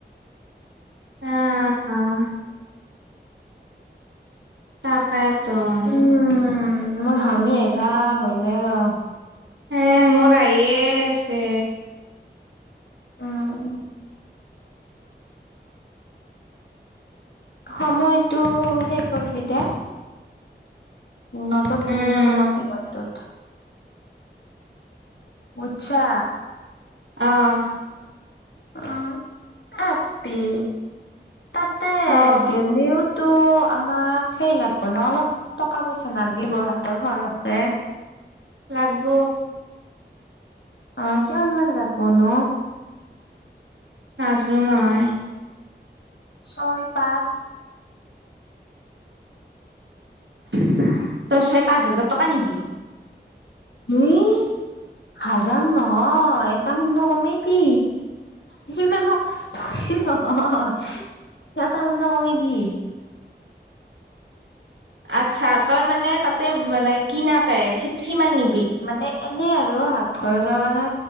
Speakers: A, on the right (about 85°); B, on the left (about 75°).
A: অহ অহ তাকে চোন
B: উম মোৰ সামী আহিবা হলে ৰ
A: হে মোৰ আহিয়ে আছে
B: উম সময়টো সে কৰিবি দে নজৰ
A: উম
B: দিবি অলপ সময়তো বোচ্ছা।
A: অহ
B: অহ আপি তাতে
A: অ
B: গলেওতো আমাক সেই লাগিব ন অলপ টকা পইচা নালাগিব হাতত সৰহকে
A: লাগব
B: আহ কিমান মান লাগবনো
A: নাজনো নহয়
B: ছয় পাঁচ।
A: তই ছয় পাঁচ হাজাৰ টকা নিবি
B: মোই হাজৰ নহয় এটা শুন কমে কি সিমান ম ন সটা সন্দ কমাই দিিয <unintelligible>
A: আচ্ছা তই মানে তাতে মানে কিনাকে সেইটো সিমান নি
B: মানে এনেই আৰু হাত খৰচৰ মানে